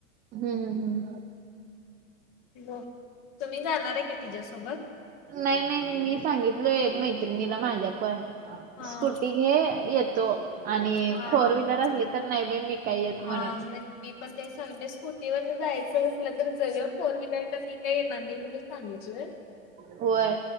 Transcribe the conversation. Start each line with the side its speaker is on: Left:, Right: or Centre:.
Right: हम्म हम्म.
Left: म तुम्ही जाणारे का तिच्या्सोबत.
Right: नाही नाही मी सांगितलय मैत्रिणीला माझ्या पण.
Left: हा
Right: स्कुटी हे येतो. आणि
Left: हा.
Right: फोर व्हीलर असली तर, नाही बाई, मी काही येत म्हणून.
Left: हा मग मी पण ते सांगते स्कूटीवरन जायचं असलं तर जगळ फोर व्हीलर न मी काय येणार नाही म्हणून सांगितलंय.
Right: होय.